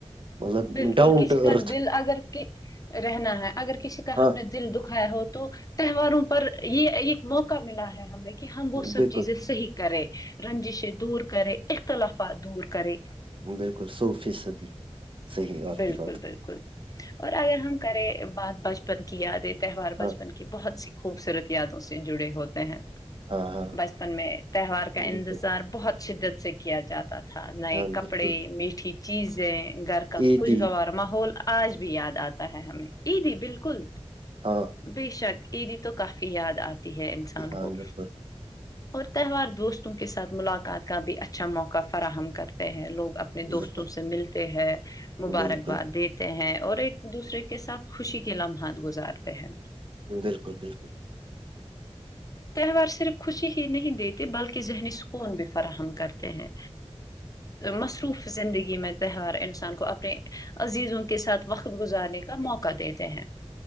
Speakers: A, on the right; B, on the left.
A: مطلب
B: بالکل
A: ڈاؤن
B: کسی
A: ٹو
B: کا
A: ارتھ
B: دل اگر کہ رہنا ہے اگر کسی کا
A: ہاں
B: ہم نے دل دکھایا ہو تو تہواروں پر یہ ایک موقع ملا ہے ہمیں کہ ہم وہ
A: ہاں،
B: سب
A: بالکل
B: چیزیں صحیح کریں رنجشیں دور کریں اختلافات دور کرے
A: بالکل سو فیصدی صحیح ہے آپ
B: بالکل
A: کی بات
B: بالکل اور اگر ہم کریں بات بچپن کی یادیں تہوار بچپن
A: ہاں
B: کی بہت سی خوبصورت یادوں سے جڑے ہوتے ہیں
A: ہاں ہاں
B: بچپن میں تہوار کا انتظار
A: بالکل
B: بہت شدت سے کیا جاتا تھا تھا نئے
A: ہاں
B: کپڑے
A: بالکل
B: میٹھی چیزیں گھر کا
A: عیدی
B: خوشگوار ماحول آج بھی یاد آتا ہے ہمیں عیدی بالکل
A: ہاں
B: بے شک عیدی تو کافی یاد آتی ہے انسان
A: ہاں
B: کو
A: بالکل
B: اور تہوار دوستوں کے ساتھ ملاقات کا بھی اچھا موقع فراہم کرتے ہیں لوگ اپنے
A: بالکل
B: دوستوں سے ملتے ہیں مبارکباد
A: بالکل
B: دیتے ہیں اور ایک دوسرے کے ساتھ خوشی کے لمحات گزارتے ہیں
A: بالکل بالکل
B: تہوار صرف خوشی ہی نہیں دیتے بلکہ ذہنی سکون بھی فراہم کرتے ہیں مصروف زندگی میں تہوار انسان کو اپنے عزیز ان کے ساتھ وقت گزارنے کا موقع دیتے ہیں